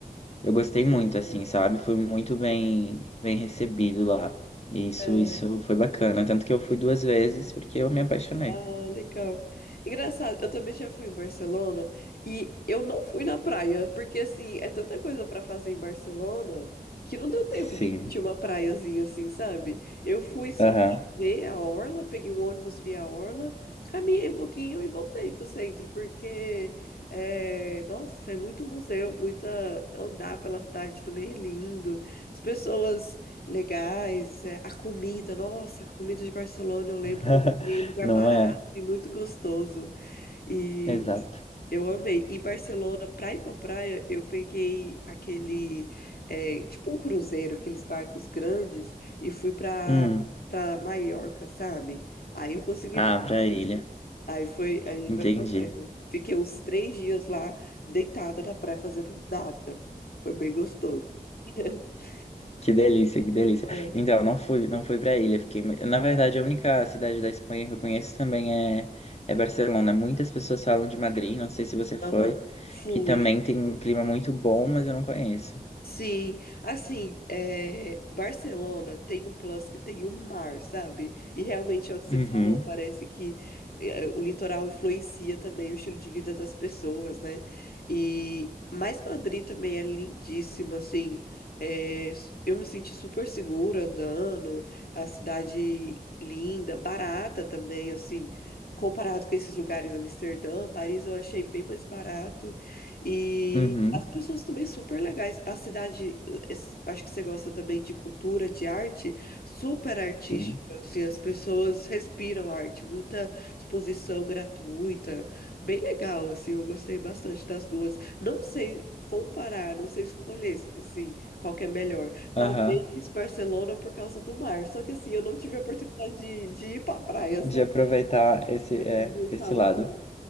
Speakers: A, on the left; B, on the left.
A: Eu gostei muito,
B: super.
A: assim, sabe? Fui muito bem, bem recebido lá. E Isso,
B: É.
A: isso foi bacana. Tanto que eu fui duas vezes porque eu me apaixonei.
B: Ah, legal. Engraçado, eu também já fui em Barcelona e eu não fui na praia, porque assim, é tanta coisa pra fazer em Barcelona que não deu tempo
A: Sim.
B: de curtir uma praiazinha assim, sabe? Eu fui só
A: Aham.
B: pra ver a orla, peguei um ônibus, vi a orla, caminhei um pouquinho e voltei pro centro, porque é, nossa, é muito museu, muita andar pela cidade também é lindo. As pessoas legais, é, a comida, nossa, a comida de Barcelona, eu lembro
A: <laughs>
B: que eu comi em lugar
A: Não é?
B: e muito gostoso. E
A: Exato.
B: eu amei. Em Barcelona, pra ir pra praia, eu peguei aquele, é, tipo um cruzeiro, aqueles barcos grandes, e fui pra,
A: Hum.
B: pra Maiorca, sabe? Aí eu consegui
A: Ah,
B: ir pra praia.
A: pra ilha.
B: Aí foi, aí
A: Entendi.
B: valeu a pena. Fiquei uns três dias lá, deitada na praia, fazendo nada. Foi bem gostoso. <laughs>
A: Que delícia, que delícia.
B: É.
A: Então, não fui, não fui para ilha, fiquei. Na verdade, a única cidade da Espanha que eu conheço também é, é Barcelona. Muitas pessoas falam de Madrid, não sei se você foi,
B: Aham. Fui,
A: que também tem um clima muito bom, mas eu não conheço.
B: Sim, assim, é, Barcelona tem um plus que tem o mar, sabe? E realmente é o que você
A: Uhum.
B: falou, parece que é, o litoral influencia também o estilo de vida das pessoas, né? E mas Madrid também é lindíssima, assim, é, s- eu me senti super segura andando, a cidade linda, barata também, assim, comparado com esses lugares, Amsterdã, Paris, eu achei bem mais barato. E
A: Uhum,
B: as pessoas também super legais. A cidade, es- acho que você gosta também de cultura, de arte, super artística.
A: sim.
B: Assim, as pessoas respiram arte, muita exposição gratuita. Bem legal, assim, eu gostei bastante das duas. Não sei comparar, não sei escolher, assim, qual que é melhor. Talvez
A: Aham.
B: Barcelona por causa do mar. Só que, assim, eu não tive a oportunidade de, de ir pra praia,
A: De
B: sabe?
A: aproveitar esse,
B: De
A: é,
B: aproveitar
A: esse lado.
B: o mar.